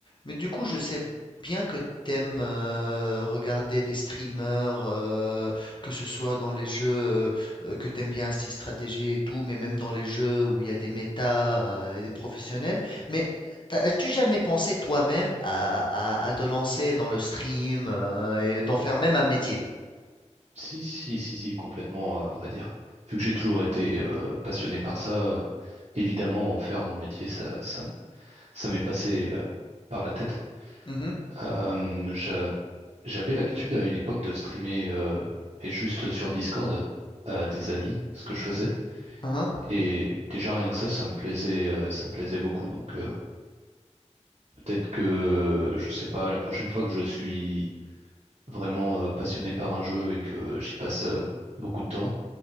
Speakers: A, on the left (about 40°); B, on the right (about 55°).
A: Mais du coup, je sais bien que t'aimes euh, regarder des streamers, euh, que ce soit dans les jeux euh, que t'aimes bien, style stratégie et tout, mais même dans les jeux où il y a des méta euh, et des professionnels. Mais t'as- as-tu jamais pensé toi-même à, à- à te lancer dans le stream euh, et d'en faire même un métier?
B: Si, si, si, si, complètement, à vrai dire. Vu que j'ai toujours été euh, passionné par ça, euh, évidemment, en faire mon métier, ça, ça, m- ça m'est passé euh, par la tête.
A: Mhm.
B: Euh, j'a- j'avais l'habitude à une époque de streamer, euh, et juste sur Discord, à des amis, ce que je faisais.
A: Mhm.
B: Et déjà, rien que ça, ça me plaisait, euh, ça me plaisait beaucoup. Donc, euh, peut-être que, je sais pas, la prochaine fois que je suis vraiment euh, passionné par un jeu et que j'y passe euh, beaucoup de temps,